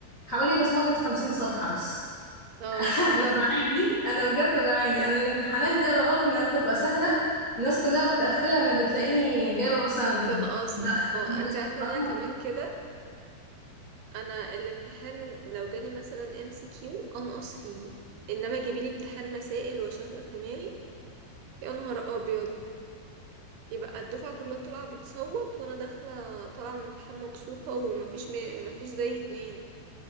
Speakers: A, on the left; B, on the right.
A: حوالي بصمجه 50 صفحه بس
B: اه
A: انا بعاني انا بجد بعاني انا الامتحانات دي على الرغم انها بتبقى سهله الناس كلها متقفله انا بتلاقيني جايبه مثلا
B: تنقصي
A: ده
B: اه انت عارفه
A: آه،
B: ان انا كمان كده انا الامتحان لو جالي مثلا ام سي كيو انقص فيه انما جيبيلي امتحان مسائل واشغل دماغي يا نهار ابيض يبقى الدفعه كلها طالعه بتصوت وانا داخله طالعه من امتحان مبسوطه ومفيش م... مفيش زي اتنين